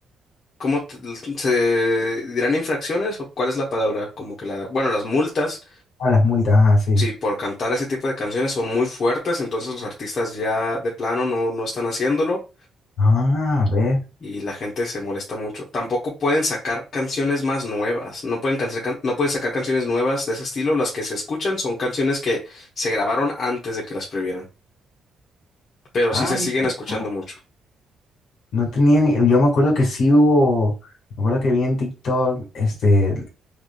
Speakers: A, on the left (about 50°); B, on the left (about 75°).
A: ¿cómo te- se dirán infracciones o cuál es la palabra? Como que la, bueno, las multas,
B: A las multas, así.
A: sí, por cantar ese tipo de canciones son muy fuertes, entonces los artistas ya de plano no, no están haciéndolo
B: Ah, sí. Ah, ve.
A: y la gente se molesta mucho. Tampoco pueden sacar canciones más nuevas, no pueden, canse- can- no pueden sacar canciones nuevas de ese estilo, las que se escuchan son canciones que se grabaron antes de que las prohibieran, pero
B: Ah,
A: sí se
B: mira,
A: siguen escuchando
B: no
A: mucho.
B: no tenía ni... Yo me acuerdo que sí hubo, me acuerdo que vi en TikTok, este,